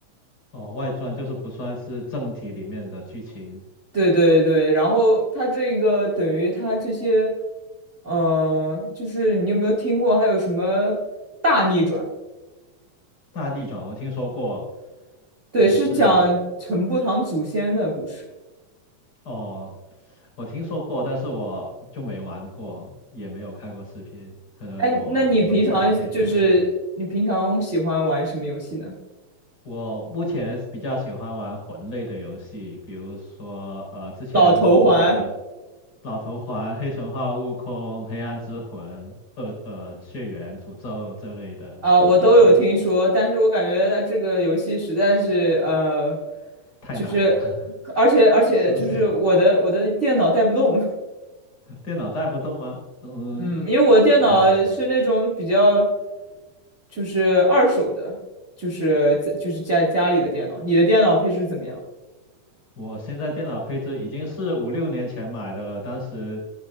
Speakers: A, on the left; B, on the right.
A: 哦，外传就是不算是正题里面的剧情。
B: 对对对，然后它这个等于它这些，嗯、就是你有没有听过还有什么大逆转？
A: 大逆转我听说过，
B: 对，
A: 也是
B: 是讲陈步堂祖先的故事。
A: 哦，我听说过，但是我就没玩过，也没有看过视频，可能我回去晚点去看看。
B: 哎，那你平常就是你平常喜欢玩什么游戏呢？
A: 我目前是比较喜欢玩魂类的游戏，比如说呃，之前很火的
B: 老头环
A: 《老头环》《黑神话：悟空》《黑暗之魂》呃呃《血缘诅咒》这类的游戏，
B: 啊、我都有听说，但是我感觉它这个游戏实在是呃
A: 太难了，
B: 就是，
A: <laughs>
B: 而且而且就是我的我的电脑带不动，
A: 是不是？<laughs> 电脑带不动吗？嗯，
B: <laughs> 嗯，因为我的电脑是那种比较
A: 还好吧。
B: 就是二手的，就是在就是家家里的电脑。你的电脑配置怎么样？
A: 我现在电脑配置已经是五六年前买的了，当时